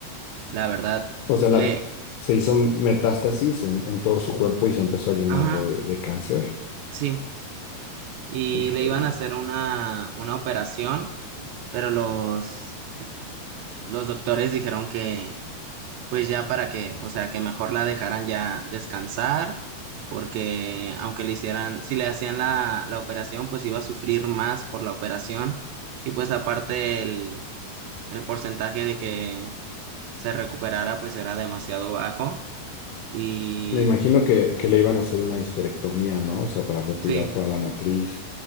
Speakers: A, on the right; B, on the left.
A: la verdad,
B: O sea,
A: le,
B: la- se hizo metástasis en, en todo su cuerpo y se empezó a llenar
A: ajá,
B: de, de cáncer.
A: sí, y
B: Híjole.
A: le iban a hacer una, una operación, pero los, los doctores dijeron que, pues ya para que, o sea, que mejor la dejaran ya descansar, porque aunque le hicieran, si le hacían la, la operación, pues iba a sufrir más por la operación, y pues aparte el, el porcentaje de que se recuperara, pues era demasiado bajo, y
B: Me imagino que, que le iban a hacer una histerectomía, ¿no? O sea, para retirar
A: sí.
B: toda la matriz.